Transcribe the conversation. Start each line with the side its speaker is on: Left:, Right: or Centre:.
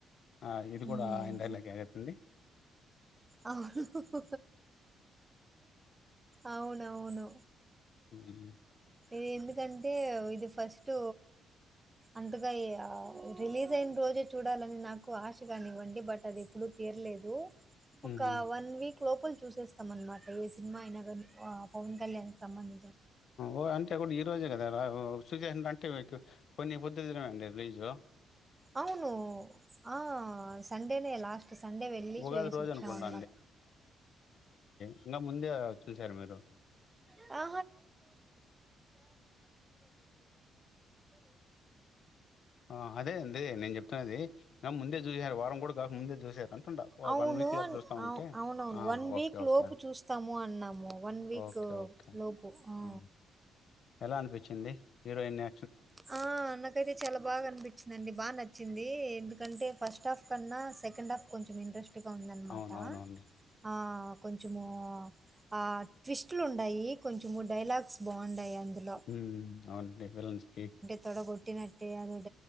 Left: అ ఇది కూడా
Right: మ్మ్
Left: ఐందళ్లకిగదండి
Right: ఆవును అవునవును
Left: మ్మ్.
Right: ఇది ఎంది కంటే ఇది ఫస్ట్ అంతగా రిలీజ్ అయిన రోజే చూడాలని నాకు ఆశ కానివ్వండి బట్ అది ఎప్పుడు తీరలేదు ఒక
Left: మ్మ్.
Right: వన్ వీక్ లోపల చూసేస్తామన్నమాట్ ఏ సినిమా అయినా కానీ ఆ పవన్ కళ్యాణ్ తమన్
Left: ఓ అంటే కూడ ఈ రోజే కదా రా చూశా అంటే కొన్ని ఈ పొద్దు చూడండి రీజో
Right: అవును ఆ సండేనే లాస్ట్ సండే వెళ్ళి
Left: ఉగాది
Right: చూసేసి
Left: రోజు
Right: వచ్చిన
Left: అనుకుంటా
Right: అనమాట
Left: అన్న ముందే చూసారు మీరు
Right: ఆ
Left: ఆ అంటుండా. ఓ
Right: అవును
Left: వీక్ లోపు చూస్తామంటే
Right: అవునవును
Left: ఆ!
Right: One Week
Left: okay. okay.
Right: లోపు చూస్తాము అన్నాము వన్ వీక్
Left: ఓకే. ఓకే.
Right: లోపు ఊ
Left: ఆ! ఎలా అనిపించింది హీరోయిన్ న్ని
Right: ఆ నాకైతే చాలా బాగా అనిపించిందండి బాగా నచ్చి చ్చింది ఎందుకంటే ఫస్ట్ హాఫ్ కన్నా సెకండ్ హాఫ్ కొంచెం ఇంట్రెస్ట్ గా ఉందనమాట
Left: అవునవునండి.
Right: ఆ కొంచము ఆ ట్విస్ట్ లు ఉన్నాయి కొంచెము డైలాగ్స్ బాగుండాయి అందులో
Left: ఉ అవునండి విలన్స్ కి
Right: తోడ గో గోట్టి నట్టే అదోటి